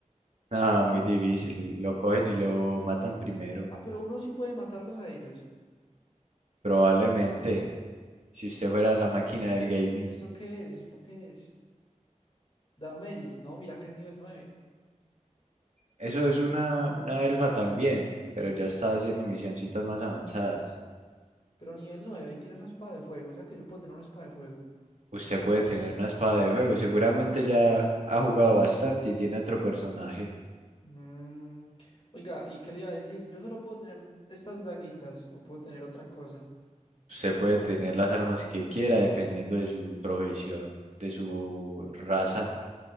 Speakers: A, on the right; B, on the left.
A: Nada, muy difícil, lo cogen y lo matan primero,
B: Ah, pero uno sí puede matarlos a ellos.
A: probablemente, si usted fuera la máquina del gaming.
B: ¿Esto qué es? ¿Esto qué es? Damaris, no, mira que es nivel 9.
A: Eso es una, una elfa también, pero ya está haciendo misioncitas más avanzadas.
B: Pero nivel 9 y tiene esa espada de fuego, o sea que yo puedo tener una espada de fuego.
A: Usted puede tener una espada de juego, seguramente ya ha jugado bastante y tiene otro personaje.
B: Mm, Oiga, ¿y qué le iba a decir? Yo solo puedo tener estas daguitas o puedo tener otra cosa.
A: Usted puede tener las armas que quiera dependiendo de su profesión, de su raza.